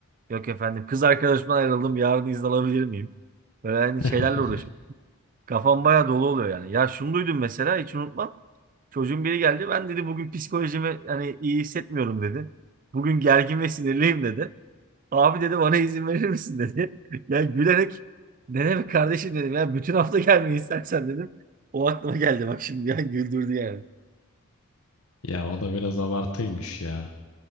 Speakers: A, on the right; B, on the left.
A: Yok efendim kız arkadaşımdan ayrıldım, yarın izin alabilir miyim? Böyle hani
B: <laughs>
A: şeylerle uğraşıyorum. Kafam bayağı dolu oluyor yani. Ya şunu duydum mesela hiç unutmam. Çocuğun biri geldi. Ben dedi bugün psikolojimi hani iyi hissetmiyorum dedi. Bugün gergin ve sinirliyim dedi. Abi dedi bana izin verir misin dedi. <laughs> Ya gülerek ne demek kardeşim dedim ya bütün hafta gelmeyi istersen dedim. O aklıma geldi bak şimdi ya <laughs> güldürdü yani.
B: Ya o da biraz abartıymış ya.